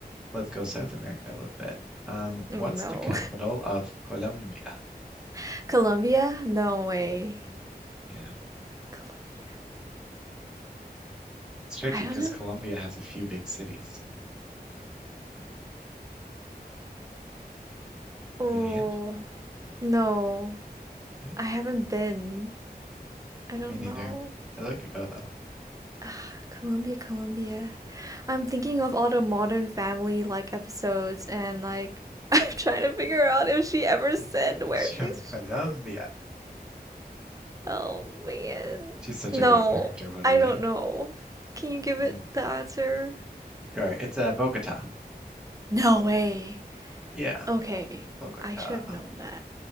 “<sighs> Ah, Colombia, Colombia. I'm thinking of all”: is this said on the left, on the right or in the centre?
Right